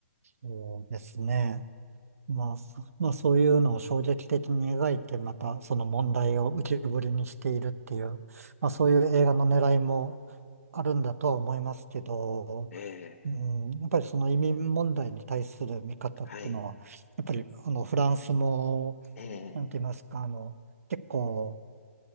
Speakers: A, on the right; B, on the left.
A: そうですね。まあ、そまあ、そういうのを衝撃的に描いて、またその問題を浮き彫りにしているっていう、まあ、そういう映画の狙いもあるんだとは思いますけど、
B: ええ、
A: うん、やっぱりその移民問題に対する見方っていうのは、
B: はい。
A: やっぱりあのフランスも
B: ええ。
A: なんて言いますか、あの、結構、